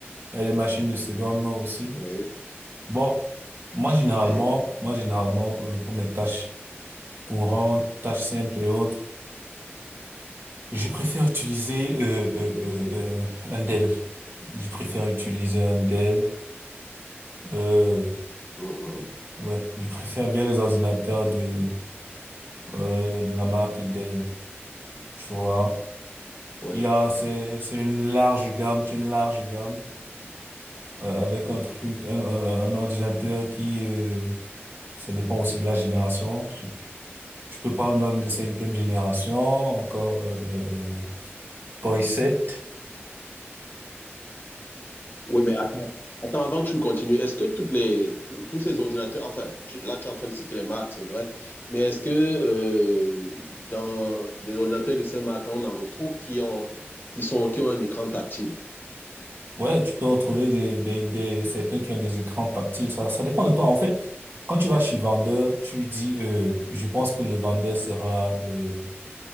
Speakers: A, on the right (about 55°); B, on the left (about 45°).
A: et des machines de seconde main aussi.
B: Oui,
A: Bon, moi généralement,
B: oui.
A: moi généralement euh, pour mes tâches courantes, tâches simples et autres. Je préfère utiliser euh, euh, euh, euh, Andel. Je préfère utiliser Andel. Euh,
B: Mhm.
A: ouais, je préfère bien les ordinateurs de euh, de la marque Dell. Tu vois,
B: Oui.
A: il y a c'est c'est une large gamme, c'est une large gamme euh, avec un truc, un, un- un ordinateur qui euh, ça dépend aussi de la génération. Tu peux prendre un de cinquième génération, encore euh, euh, Core i7.
B: Oui, mais attends, attends, avant que tu ne continues, est-ce que toutes les, tous tous ces ordinateurs, enfin, tu- là tu es en train de citer les marques, c'est vrai, mais est-ce que euh, dans des ordinateurs de ces marques-là, on en retrouve qui ont, qui sont, qui ont un écran tactile?
A: Ouais, tu peux retrouver des, des, des, certains qui ont des écrans tactiles. Ça, ça dépend de toi. En fait, quand tu vas chez le vendeur, tu lui dis, euh, je pense que le vendeur sera, euh,